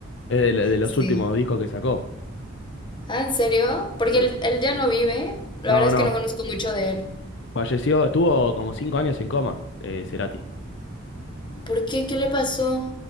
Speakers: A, on the left (about 55°); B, on the left (about 20°).
A: Es de, de los
B: Sí.
A: últimos discos que sacó.
B: Ah, ¿en serio? Porque
A: Sí.
B: él, él ya no vive. La
A: No,
B: verdad es
A: no,
B: que no conozco mucho de él.
A: falleció, estuvo como cinco años en coma, eh, Cerati.
B: ¿Por qué? ¿Qué le pasó?